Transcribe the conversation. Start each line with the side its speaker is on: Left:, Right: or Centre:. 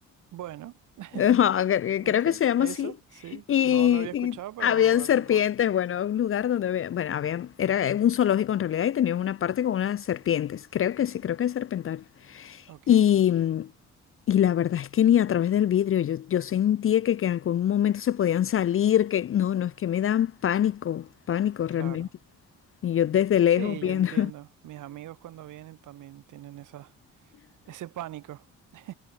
Right: bueno, <laughs>
Left: <laughs> Ajá, cre- eh,
Right: ok,
Left: Creo que se llama
Right: eso,
Left: así.
Right: sí.
Left: Y,
Right: No lo había escuchado,
Left: y
Right: pero
Left: habían serpientes,
Right: a lo mejor.
Left: bueno, un lugar donde había, bueno, había, era un zoológico en realidad y tenían una parte con unas serpientes. Creo que sí, creo que es serpentario.
Right: Ok,
Left: Y, y la verdad es que ni a través del vidrio, yo, yo sentía que, que en algún momento se podían salir, que no, no, es que me dan pánico, pánico realmente.
Right: claro.
Left: Y yo desde lejos
Right: Sí,
Left: viendo.
Right: yo entiendo. Mis amigos cuando vienen también tienen esa, ese pánico. <laughs>